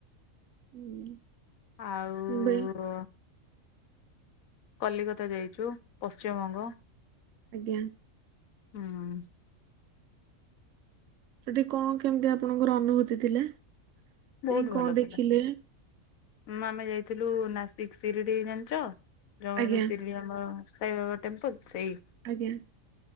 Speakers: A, on the right; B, on the left.
A: ହୁଁ।
B: ଆଉ
A: ମୁମ୍ବାଇ
B: କଲିକତା ଯାଇଛୁ ପଶ୍ଚିମବଙ୍ଗ।
A: ଆଜ୍ଞା।
B: ହଁ।
A: ସେଠି କଣ କେମିତି ଆପଣଙ୍କର ଅନୁଭୂତି ଥିଲା?
B: ବହୁତ
A: ଯାଇ
B: ଭଲ
A: କଣ
B: ଥିଲାଁ
A: ଦେଖିଲେ
B: ଆମେ ଯାଇଥିଲୁ ନାସିକ ସିରିଡି ଜାଣିଛ। ର
A: ଆଜ୍ଞା
B: ଶିରିଡ଼ି ଆମ ସାାଇବାବା ଟେମ୍ପୂଲ୍ ସେଇ।
A: ଆଜ୍ଞା।